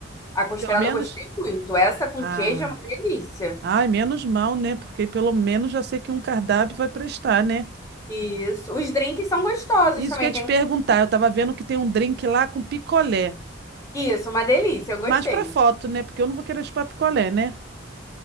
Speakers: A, on the left; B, on the right.
A: A costela
B: Pelo menos?
A: eu gostei muito. Essa com
B: Ah,
A: queijo é uma delícia.
B: ai, menos mal, né? Porque pelo menos já sei que um cardápio vai prestar, né?
A: Isso. Os drinks são gostosos
B: Isso
A: também.
B: que eu ia te
A: Tem...
B: perguntar.
A: um
B: Eu tava vendo que tem um drink lá com picolé.
A: Isso, uma delícia. Eu gostei.
B: Mas pra foto, né? Porque eu não vou querer chupar picolé, né?